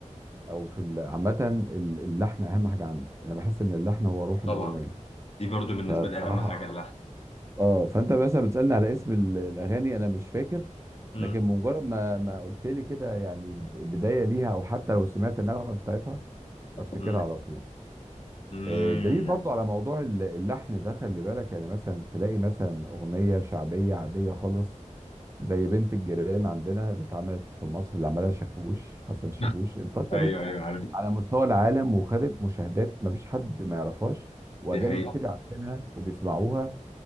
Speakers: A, on the right; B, on the left.
A: او في ال- عامه ال- اللحن اهم حاجه عندي انا بحس ان اللحن هو روح الاغنيه
B: طبعا دي برضو بالنسبة
A: فبصراحه
B: لي أهم حاجة اللحن
A: اه فانت مثلا بتسالني على اسم ال- الاغاني انا مش فاكر
B: مم.
A: لكن مجرد ما ما قلت لي كده يعني بدايه ليها او حتى لو سمعت النغمه بتاعتها بفتكرها
B: مم.
A: على طول
B: مم.
A: آه، الدليل برضو على موضوع ال- اللحن ده خلي بالك يعني مثلا تلاقي مثلا اغنيه شعبيه عاديه خالص زي بنت الجيران عندنا اللي اتعملت في مصر اللي عملها شاكوش حسن شاكوش
B: <laughs>
A: انتشرت
B: ايوه ايوه عارف
A: على مستوى العالم وخدت مشاهدات مفيش حد ما يعرفهاش واجانب
B: دي حقيقة
A: كتير عارفينها وبيسمعوها